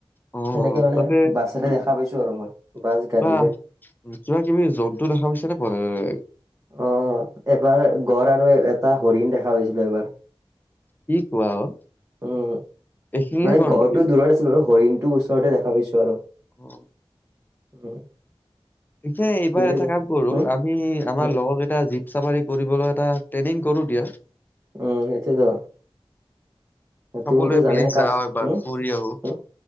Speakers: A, on the left; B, on the right.
A: অ' অ'
B: সেনেকে
A: অ'
B: মানে
A: তাতে
B: বাছেৰে দেখা পাইছো আৰু মই বাছ
A: কিবা
B: গাড়ীৰে
A: কিবা কিবি জন্তু দেখা পাইছে? পঢ়াৰৰে
B: অঁ এবাৰ গড় আৰু এটা হৰিণ দেখা পাইছিলো এবাৰ।
A: কি কোৱা অ
B: উম,
A: এশিঙীয়া
B: মানে
A: গড়
B: গড়টো
A: নেকি
B: দূৰত আছিলো বাৰু। ন হৰিণটো ওচৰতে দেখা পাইছো আৰু।
A: অঁ
B: উম।
A: য়ে এইবাৰ
B: তুমিতো
A: এটা
B: যা
A: কাম কৰো
B: উম
A: আমি আমাৰ
B: উম
A: লগৰ কেইটা জি -প চাফাৰি কৰিবলৈ এটা ট্ৰেইনিং কৰো দিয়া।
B: উম সেইটোতোয়ে ত'
A: সকলোৱে
B: তুমিতো জানাই
A: মিলি
B: কাজ,
A: যাওঁ এবাৰ
B: হুম
A: ফুৰি আহো
B: উম।